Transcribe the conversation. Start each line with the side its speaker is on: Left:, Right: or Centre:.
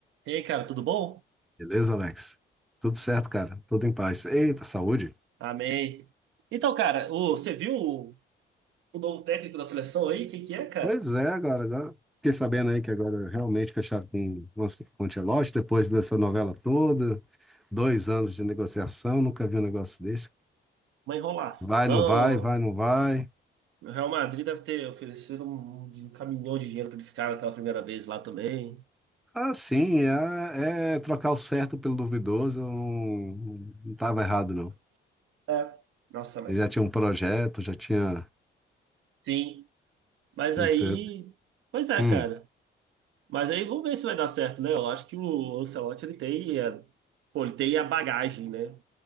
Right: E aí, cara, tudo bom?
Centre: Beleza, Alex? Tudo certo, cara. Tudo em paz. Eita, saúde.
Right: Amei. Então, cara, o, você viu o, o novo técnico da seleção aí? Quem que é, cara?
Centre: Pois é, agora, agora. Fiquei sabendo aí que agora realmente fecharam com, com o Tielote, depois dessa novela toda, dois anos de negociação, nunca vi um negócio desse.
Right: Uma enrolação.
Centre: Vai, não vai, vai, não vai.
Right: O Real Madrid deve ter oferecido um, um caminhão de dinheiro pra ele ficar aquela primeira vez lá também.
Centre: Ah, sim, é, é trocar o certo pelo duvidoso, eu não, não tava errado, não.
Right: É. Nossa, mãe.
Centre: Eu já tinha um projeto, já tinha.
Right: Sim. Mas
Centre: Não
Right: aí.
Centre: precisa.
Right: Pois é,
Centre: Hum,
Right: cara. Mas aí vamos ver se vai dar certo, né? Eu acho que o Ancelotti ele tem, é, pô, ele tem a bagagem, né?